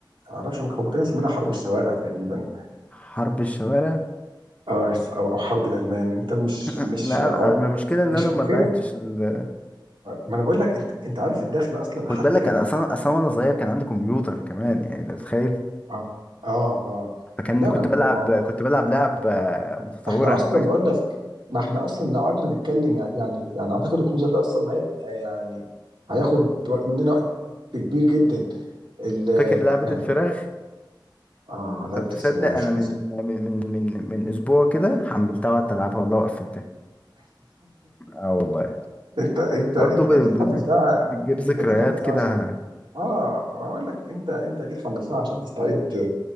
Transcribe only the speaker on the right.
معرفش هم كانوا مسمينها حرب الشوارع تقريبا
آه، أو أو حرب الألمان أنت مش مش
أو
مش
فاكرها
ما أنا بقول لك أنت أنت عارف الدخلة أصلا
حتى
كان
آه آه, آه.
لا
ما ما
ما-
احنا اصلا
بقول لك ما احنا اصلا لو قعدنا نتكلم يعني يعني يعني اعتقد الكمبيوتر ده اصلا هيبقى يعني هياخد وق- مننا وقت كبير جدا ال
يعني
اه لعبة
الفراخ
<laughs>
انت انت
انت
اكيد
حملتها
انت اكيد حملتها
عشان اه بقول لك انت انت اكيد حملتها عشان تستعيد